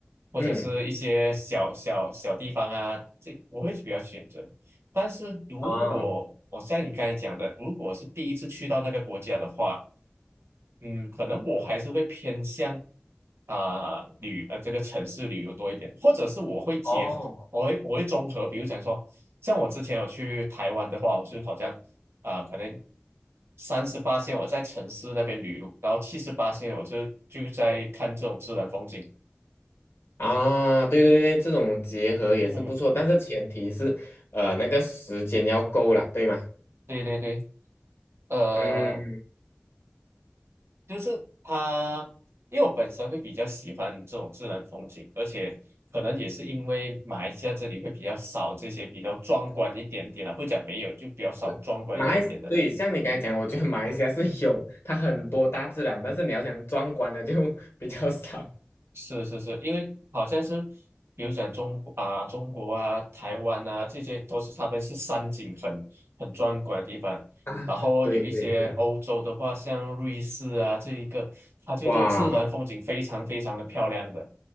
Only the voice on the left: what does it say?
嗯，
啊，
哦，
啊，对对对，这种结合也是不错，
但是前提是，呃，那个时间要够啦，对吗？
嗯，
是马来，对，像你刚才讲，我觉得马来西亚是有它很多大自然，但是你要想壮观的就 <laughs> 比较少。
啊，
对对对，
哇，